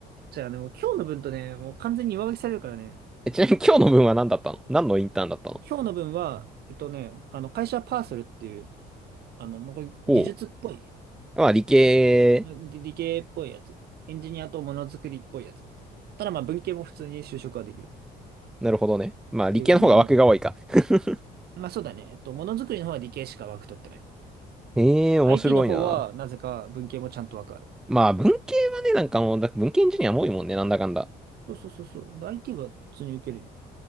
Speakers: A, on the right; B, in the centre.
A: じゃあね、もう今日の分とね、もう完全に上書きされるからね。
B: えちなみに今日の分は何だったの何のインターンだったの
A: 今日の分は、えっとね、あの、会社パーソルっていう、あの、もうこれ技術っぽい
B: ほう。まあ理系
A: まあ理理系っぽいやつ。エンジニアとものづくりっぽいやつ。ただまあ文系も普通に就職はできるっ
B: なるほどね。まあ、理系の方が枠が多いか。
A: ていう感じの。
B: <laughs>
A: まあそうだね。えっと、ものづくりの方は理系しか枠取ってない。
B: ええー面白いな。
A: IT の方はなぜか文系もちゃんと枠ある。
B: まあ、文系はね、なんかもう、だ文系エンジニアも多いもんね、なんだかんだ。
A: そうそうそうそう。で IT は普通に受ける。